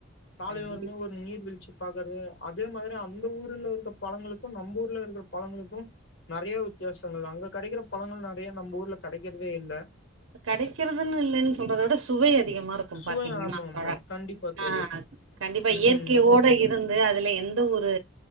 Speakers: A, on the left; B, on the right.
A: சாலை
B: கண்டிப்பா
A: ஓரமே ஒரு நீர்வீழ்ச்சி பாக்குறது அது மாதிரிஅந் இந்த ஊர்ல இருக்க பழங்களுக்கு நம்ம ஊர்ல இருக்கிற பழங்களுக்கும் நிறைய வித்தியாசங்கள் அங்க கிடைக்கிற பழங்கள் நிறைய நம்ம ஊர்ல கிடைக்கிறதே இல்லா
B: கேடைக்கிறதுன்னு இல்லைன்னு சொல்றதை விட சுவை அதிகமா இருக்கும்
A: சுவை
B: பாத்தீங்கன்னா
A: ஆமா ஆமா
B: பழ
A: கண்டிப்பா தோழி
B: ஆஹ் ஆஹ் கண்டிப்பா
A: ம்
B: இயற்கையோட
A: ம்
B: இருந்து அதுல எந்த ஒரு